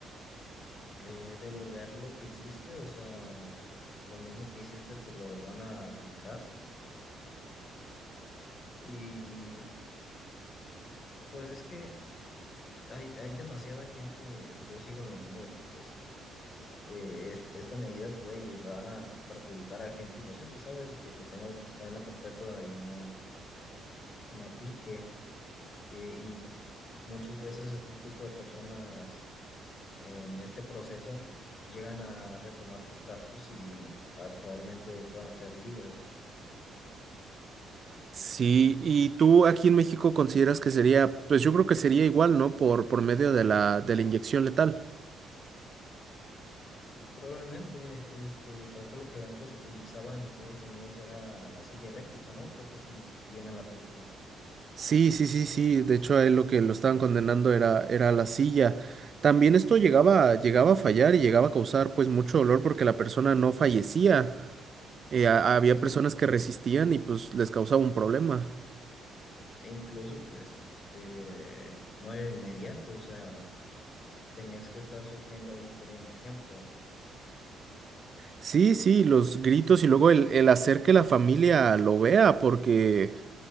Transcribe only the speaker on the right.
Sí, y tú aquí en México consideras que sería, pues yo creo que sería igual, ¿no? Por, por medio de la, de la inyección letal.
Sí, sí, sí, sí. De hecho, a él lo que lo estaban condenando era, era la silla. También esto llegaba, llegaba a fallar y llegaba a causar pues mucho dolor porque la persona no fallecía. Eh, a- había
personas que resistían y pues les causaba un problema.
Sí, sí, los gritos y luego el, el hacer que la familia lo vea, porque